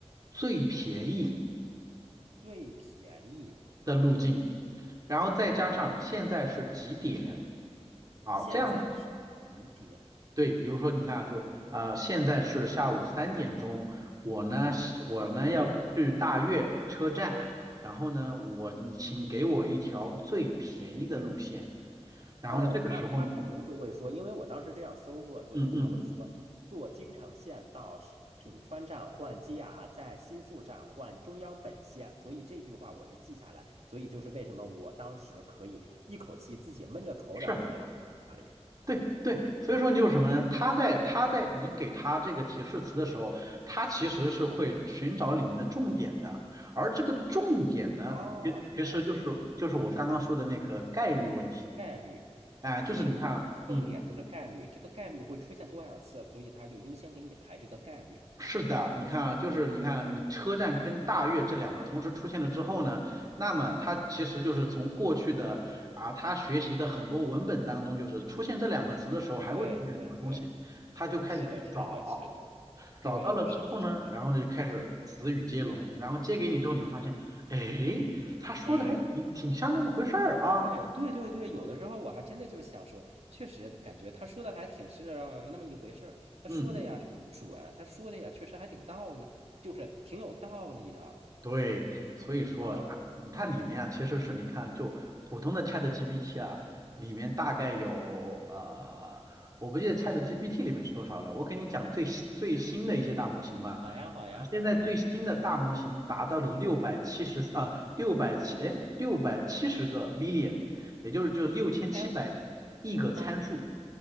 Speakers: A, on the right; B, on the right.
A: 最便宜
B: 最便宜，
A: 的路径，然后再加上现在是几点，好，
B: 现在是几点？
A: 这样对，比如说你看啊，就呃现在是下午三点钟，我呢我呢要去大悦车站，
B: 嗯。
A: 然后呢我你请给我一条最便宜的路线，然后呢这个时候，
B: 哦，那他肯定就会说，因为我当时这样搜过，所以他会说，
A: 嗯嗯。
B: 坐京成线到是品川站换 JR，在新宿站换中央本线，所以这句话我是记下来，所以就是为什么我当时可以一口气自己闷着头，然后也能哪里
A: 是。对对，所以说你有什么呢？他在他在你给他这个提示词的时候，他其实是会寻找里面的重点的，而这个重点呢，
B: 啊？
A: 其其实就是就是我刚刚说的那个概率问题，
B: 明白了，明白了，概率，
A: 哎，就是你看啊，
B: 其实重点就是概率，
A: 嗯，
B: 这个概率会出现多少次，所以他就优先给你排这个概率。
A: 是的，你看啊，就是你看啊你车站跟大悦这两个同时出现了之后呢，那么他其实就是从过去的啊他学习的很多文本当中，
B: 嗯，
A: 就是出现这两个词的时候还会出现什么东西，
B: 对对对，
A: 他就开始去找。
B: 是的，是的，是的，
A: 找到了之后呢，
B: 对，是的，是的。
A: 然后呢就开始词语接龙，然后接给你之后，
B: 也忙。
A: 你会发现，哎，他说的还挺挺像那么回事儿啊，
B: 哎哎，对对对，有的时候我还真的就想说，确实感觉他说的还挺是让那么一回事儿，他说的呀还挺准，
A: 嗯。
B: 他说的呀确实还挺道理，就是挺有道理的
A: 对，所以说它嗯它里面啊，
B: 啊。
A: 其实是你看，就普通的 ChatGPT 啊，里面大概有呃，我不记得 ChatGPT 里面是多少了。我给你讲最新最新的一些大模型嘛，
B: 好呀，好呀，
A: 呃，
B: 好呀。
A: 现在最新的大模型达到了六百七十呃六百七哎六百七十个 billion，也就是就六千七百亿个参数，
B: 哎，嗯，